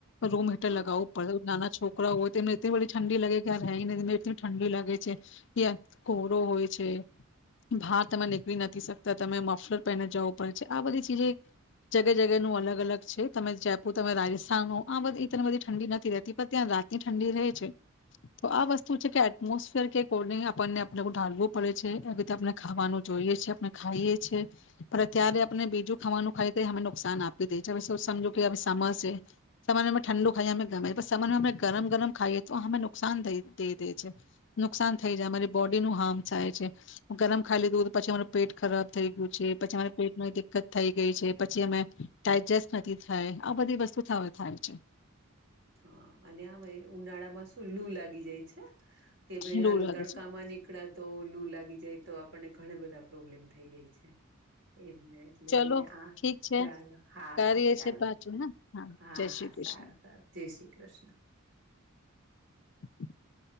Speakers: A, on the left; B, on the right.
A: રૂમ હીટર
B: હા
A: લગાવવું પડે નાના છોકરા હોય તેમને એટલી બધી ઠંડી લાગે કે આ રહીનેને એટલી ઠંડી લાગે છે કે કોરો હોય છે બહાર તમે નીકળી નથી શકતા તમે મફલર પહેને જઓ આ બધી ચીજ જગે જગેનું અલગ અલગ છે તમે જપુ તમે રાજસ્થાન ન આ બધી તને બધી ઠંડી નથી રેતી પણ ત્યાં રાતની ઠંડી રહે છે તો આ વસ્તુ છે કે એટમોસફિયર કે અકોર્ડિંગ આપણને આપ ઢાલવું પડે છે એ રીતે આપણે ખાવાનું જોઈએ છે આપણે ખાઈએ છે. ત્યારે આપને બીજું ખાવાનું ખાઈએ તો અમે નુકસાન આપી દે છે હવે સમજો કે સમર છે સમરમા અમે ઠંડુ ખાઈએ અમે ગમેએ સમરમાં અમે ગરમ ગરમ ખાઈએ તો અમે નુકસાન થઈ દઈ દે છે નુકસાન થઈ જાય અમારી બોડીનું હાર્મ થાય છે ગરમ ખાઈ લીધું પછી અમારુ પેટ ખરાબ થઈ ગયું છે પછી પેટમાં દિકકત થઈ ગઈ છે પછી અમે ડાયડજસ્ટ નથી થાય આ બધી વસ્તુ થાય છે.
B: હા અને આ ઉનાળામાં શું લુ લાગી જાય છે. કે ભાઈ
A: એવું
B: હાલો
A: લાગે
B: તડકામાં
A: છે
B: નીકળ્યા તો લું લાગી જાય તો આપને ઘણા બધા પ્રોબ્લેમ થઈ જાય છે એ એટલે
A: ચલો
B: હા
A: ઠીક છે
B: ચાલો હા
A: કાર્ય
B: હા ચાલો
A: છે પાછું હા
B: હા
A: જય
B: હા
A: શ્રી કૃષ્ણ
B: સારું સારું જય શ્રી કૃષ્ણ
A: <inaudible>